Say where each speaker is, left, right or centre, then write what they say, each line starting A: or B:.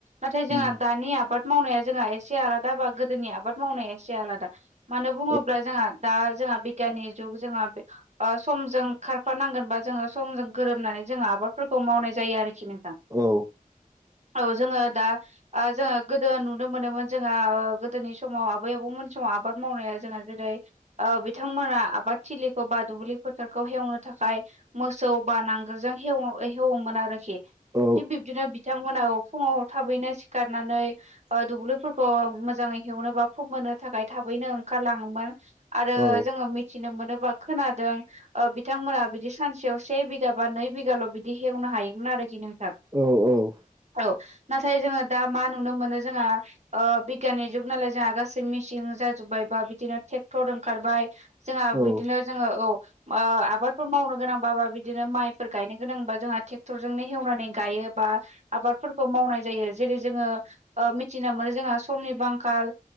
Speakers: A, on the right; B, on the right.
A: नाथाय जोंहा
B: उम
A: दानि आबाद आबाद मावनाया जोंहा एसे आलादा बा गोदोनि आबाद मावनाया एसे आलादा। मानो बुङोब्ला
B: औ
A: जोंहा दा जोंहा बिगियाननि जुग जोंहा ओ समजों खारफानांगोन बा जोङो समजों गोरोबनानै जोङो आबादफोरखौ मावनाय जायो आरिखि नोंथां।
B: औ
A: औ जोङो दा ओ जोङो गोदो नुनो मोनोमोन जोंहा गोदोनि समाव आबै आबौमोन समाव आबाद मावनाया जोंहा जेरै बिथांमोना आबाद थिलिखौ बा दुब्लि फोथारखौ हेवनो थाखाय मोसौ बा नांगोलजों हेवोमोन आरोखि
B: औ
A: थिग बिब्दिनो बिथांमोना फुङाव थाबैनो सिखारनानै दुब्लिफोरखौ मोजाङै हेवनो बा फोमोननो थाखाय थाबैनो ओंखारलाङोमोन आरो
B: औ
A: जोङो मिथिनो मोनो बा खोनादों ओ बिथांमोना बिदि सानसेयाव से बिगा बा नै बिघाल' बिदि हेवनो हायोमोन आरो दि नोंथां।
B: औ औ
A: औ नाथाय जोङो दा मा नुनो मोनो जोंहा ओ बिग्याननि जुग नालाय जोंहा गासै मेसिन जाजोब्बाय बा बिदिनो ट्रेक्टर ओंखारबाय। जोंहा
B: औ
A: बिदिनो जोङो औ ओ आबादफोर मावनो गोनांबाबा बिदिनो माइफोर गायनो गोनांबा जोंहा थे क्टरजोंनो हेवनानै गायो बा आबादफोरखौ मावनाय जायो जेरै जोङो ओ मिथिना मोनो जोंहा समनिबो आंखाल।